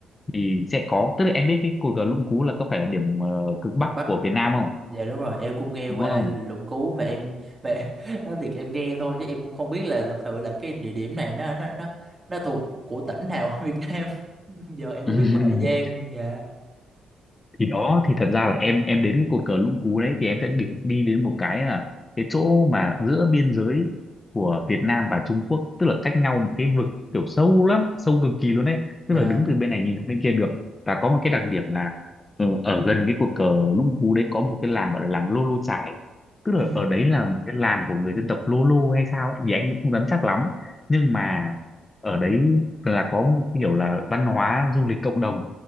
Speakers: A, on the left (about 30°); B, on the right (about 25°).
A: thì sẽ có tức là em biết cái cột cờ Lũng Cú là có phải là điểm ờ, cực bắc
B: cực Bắc
A: của Việt Nam không
B: dạ đúng rồi em cũng nghe
A: đúng
B: qua
A: không
B: Lũng Cú mà em mà <laughs> nói thiệt em nghe thôi chứ em cũng không biết là thật sự là cái địa điểm này nó nó nó nó thuộc của tỉnh nào ở Việt Nam <laughs> giờ em mới
A: <laughs>
B: biết của Hà Giang dạ
A: thì đó thì thật ra là em em đến cái cột cờ Lũng Cú đấy thì em sẽ đi, đi đến một cái là cái chỗ mà giữa biên giới của Việt Nam và Trung Quốc tức là cách nhau một cái vực kiểu sâu lắm sâu cực kỳ luôn đấy
B: dạ
A: tức là đứng từ bên này nhìn sang bên kia được và có một cái đặc điểm là ờ, ở gần cái cột cờ Lũng Cú đấy có một cái làng gọi là làng Lô Lô Chải tức là
B: ừ
A: ở đấy là một cái làng của người dân tộc Lô Lô hay sao ấy, thì anh cũng không dám chắc lắm nhưng mà ở đấy là có một kiểu là văn hóa du lịch cộng đồng